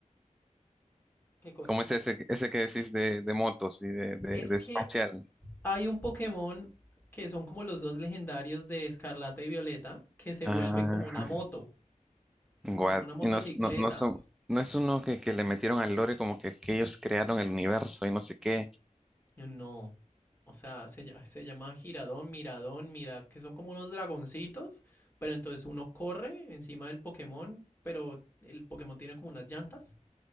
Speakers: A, on the left (about 15°); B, in the centre.
A: ¿Qué cosa?
B: ¿Cómo es ese, ese que decís de, de motos y de, de,
A: Es
B: de
A: que
B: espacial?
A: hay un Pokémon que son como los dos legendarios de Escarlata y Violeta que se
B: Ajá.
A: vuelve como una moto.
B: Guad.
A: Como una motocicleta.
B: Y no, s- no, no son, no es uno que, que le metieron al lore como que, que ellos crearon el universo y no sé qué.
A: No. O sea, se, lla- se llama giradón, miradón, mira, que son como unos dragoncitos, pero entonces uno corre encima del Pokémon, pero el Pokémon tiene como unas llantas